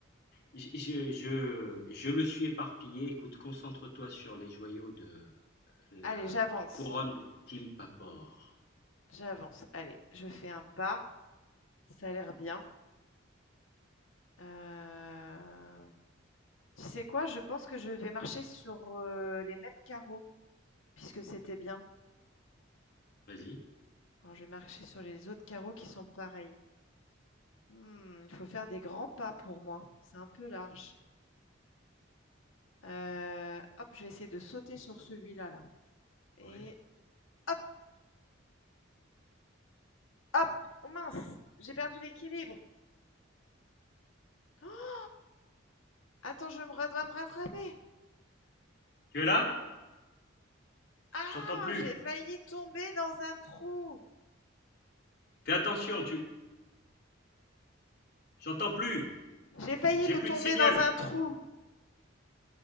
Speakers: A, on the left; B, on the left.
A: Je, je, je, je me suis éparpillé. Écoute, concentre-toi sur les joyaux de la
B: Allez, j'avance,
A: couronne de Kim Papor.
B: j'avance. Allez, je fais un pas, ça a l'air bien. Hem, tu sais quoi? Je pense que je vais marcher sur, heu, les mêmes carreaux, puisque c'était bien.
A: Vas-y.
B: Alors je vais marcher sur les autres carreaux qui sont pareils. Mmh, il faut faire des grands pas pour moi, c'est un peu large. Heu, hop, je vais essayer de sauter sur celui-là là et
A: Ouais.
B: hop! Hop! Oh mince! J'ai perdu l'équilibre. Oh, attends, je me dois me rattraper.
A: Tu es là?
B: Ah!
A: Je t'entends plus.
B: J'ai failli tomber dans un trou.
A: Fais attention, tu. J'entends plus.
B: J'ai failli
A: J'ai
B: me
A: plus
B: tomber
A: de signal.
B: dans un trou.